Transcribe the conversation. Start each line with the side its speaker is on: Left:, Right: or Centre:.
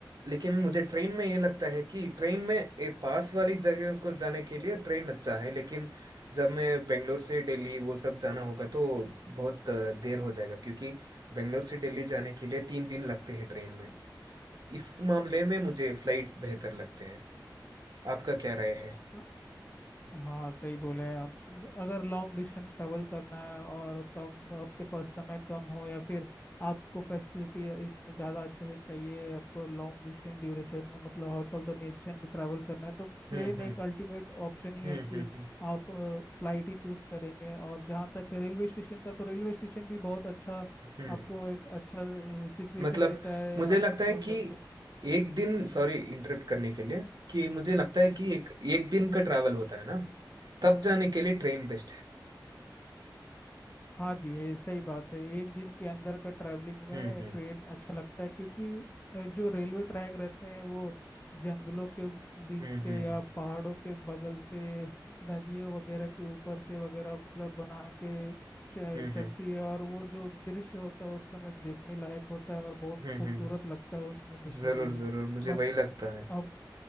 Right: लेकिन मुझे ट्रेन में ये लगता है कि ट्रेन में ए, पास वाली जगह को जाने के लिए ट्रेन अच्छा है लेकिन जब मैं बेंगलोर से दिल्ली वो सब जाना होगा तो बहुत अ, देर हो जाएगा क्योंकि बेंगलोर से दिल्ली जाने के लिए तीन दिन लगते हैं ट्रेन में इस मामले में मुझे फ्लाइट्स बेहतर लगते हैं आपका क्या राय है
Left: हैं हाँ सही बोले आप ज- अगर लॉन्ग डिस्टेंस ट्रेवल करना है और कम आपके पास समय कम हो या फिर आपको फैसिलिटी इस ज़्यादा अच्छे से चाहिए आपको लॉन्ग डिस्टेंस ड्यूरेशन मतलब आउट ऑफ द नेशन भी ट्रैवल करना है तो प्लेन
Right: हम्म हम्म
Left: एक अल्टीमेट ऑप्शन ही
Right: हम्म
Left: है कि
Right: हम्म हम्म
Left: आप फ्लाइट ही चूज करेंगे और जहाँ तक है रेलवे स्टेशन का तो रेलवे स्टेशन भी बहुत अच्छा
Right: हम्म।
Left: आपको एक अच्छा सिचुएशन
Right: मतलब
Left: देता है
Right: मुझे
Left: आप
Right: लगता
Left: ट्रैवल
Right: है कि
Left: करते हैं
Right: एक दिन सॉरी इंटरप्ट करने के लिए कि मुझे लगता है कि एक एक दिन का ट्रैवल होता है ना तब जाने के लिए ट्रेन बेस्ट है
Left: हाँ जी ये सही बात है एक दिन के अंदर का ट्रैवलिंग में
Right: हम्म हम्म
Left: ट्रेन अच्छा लगता है क्योंकि जो रेलवे ट्रैक रहते हैं वो जंगलों के बीच
Right: हम्म
Left: से
Right: हम्म
Left: या
Right: हम्म
Left: पहाड़ों के बगल से नदियों वगैरह के ऊपर से वगैरह मतलब बना के च,
Right: हम्म
Left: चलती है और वो जो दृश्य होता है उस समय देखने लायक होता है और बहुत
Right: हम्म,
Left: खूबसूरत
Right: हम्म, हम्म,
Left: लगता है उसमें देखने
Right: जरूर
Left: के लिए
Right: जरूर मुझे
Left: बाकी
Right: वही लगता है
Left: अब